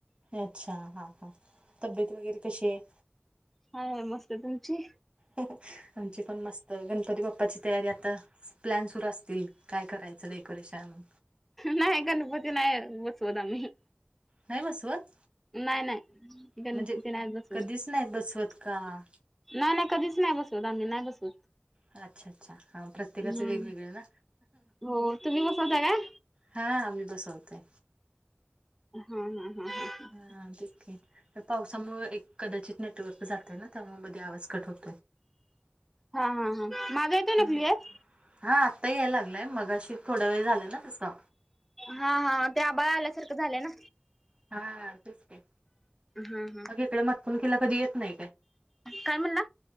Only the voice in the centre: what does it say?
आहे आहे मस्तं तुमची?
नाहीं गणपती नाहीं बसवंत आम्हीं.
नाही नाही गणपती
नाहीस बसवत.
नाही नाही कधीच नाही बसवत आम्ही नाही बसवत.
हम्म
हो तुम्ही बसवता काय?
हम्म हम्म हम्म,
हा हा हा, माझा येतो
ना क्लिअर.
हा हा, ते आभाळ आल्यासारखं झालंय ना.
हा हा.
काय म्हणला?